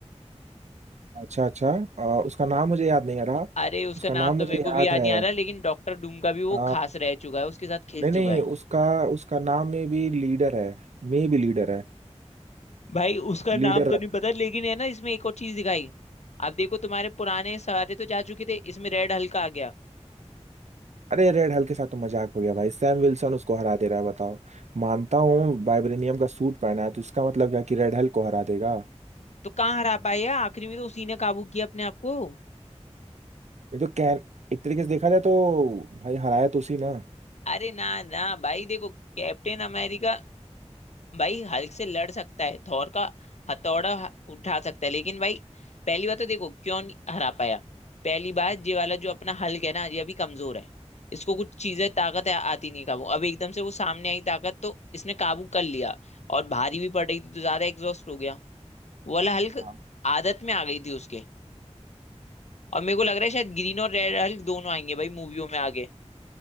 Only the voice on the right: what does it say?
अच्छा अच्छा अ, उसका नाम मुझे याद नहीं आ रहा
उसका
नाम
मुझे
याद
है
आ,
नहीं नहीं
उसका उसका नाम में भी लीडर है में भी लीडर है
लीडर
रख
अरे रेड हल्क के साथ तो मजाक हो गया भाई सैम विल्सन उसको हरा दे रहा है बताओ मानता हूँ वाइब्रेनियम का सूट पहना है तो इसका मतलब क्या कि रेड हल्क को हरा देगा
ये तो कैन एक तरीके से देखा जाए तो भाई हराया तो उसी ना
हाँ